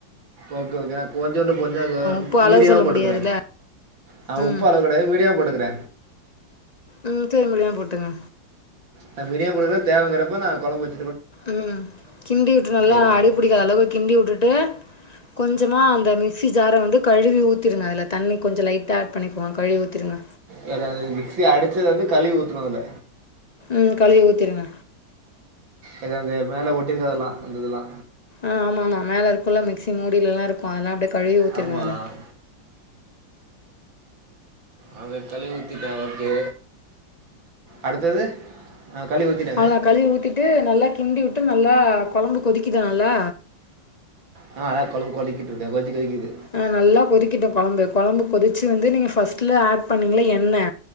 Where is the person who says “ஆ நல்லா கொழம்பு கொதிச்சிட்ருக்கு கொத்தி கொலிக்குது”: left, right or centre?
Right